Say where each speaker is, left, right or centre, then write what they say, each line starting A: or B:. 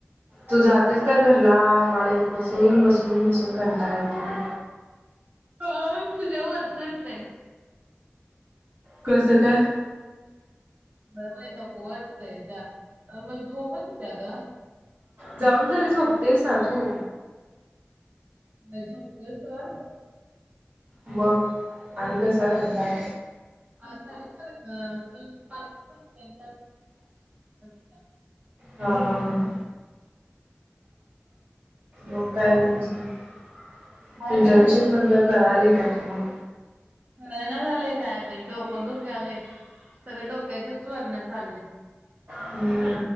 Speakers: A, on the right; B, on the right.
A: तू जातीस तर घरला आम्हाला इथ बसून- बसून- बसून कंटाळा येतोय लई
B: आम्हाला तुझ्या वरच येतय
A: कसं काय
B: व्हय बई नको वाटतय मला झोपच येत्या गं
A: जाऊन घरी झोपतेस ना तू
B: होय झोपतोय सोड
A: मग आणि कसला कंटाळा
B: आज तारीख काय आज मला दुपार पर्यंत <unintelligible>
A: हा -हा- हा मग काय म्हणजे
B: आहे
A: इंटर्नशिपमधलं
B: लोक
A: कळालय का तुला
B: कळना झालंय काय बाई डोकं दुखालय. सगळं डोक्याचच वरण चाललं.
A: हम्म